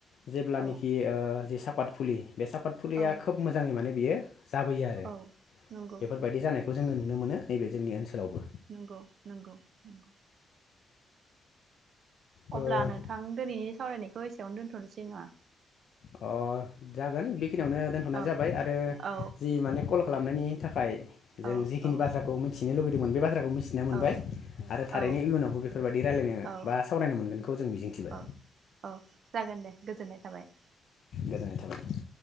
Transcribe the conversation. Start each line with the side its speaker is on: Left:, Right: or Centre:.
Left: जेब्लानखि
Right: औ
Left: ओ जे सापात फुलि बे साफाद फुलिया
Right: औ
Left: खोब मोजाङै माने बेयो जाबोयो आरो
Right: औ नंगौ
Left: बेफोरबायदि जानायखौ खौ जोङो नुनो मोनो। नैबे जोंनि ओनसोलावबो
Right: नंगौ नंगौ। <inaudible>
Left: ओ
Right: अब्ला नोंथां दिनैनि सावरायनायखौ एसेयावनो दोन्थ'नोसै नङा
Left: अ जागोन बि बिखिनियावनो दोनथ'नाय
Right: औ
Left: जाबाय आरो
Right: औ
Left: जि माने कल खालामनायनि थाखाय जों
Right: औ
Left: जिखिनि
Right: औ
Left: बाथ्राखौ मिथि लुगैदोंमोन बे बाथ्राखौ मि थिनो मोनबाय
Right: औ
Left: आरो थारैनो
Right: औ
Left: इयुनावबो बेफोरबायदि रायलायनो
Right: औ
Left: बा सावरायनो मोनगोनखौ जों मिजिंथिबाय
Right: औ औ जागोन दे गोजोननाय थाबाय
Left: गोजोनाय थाबाय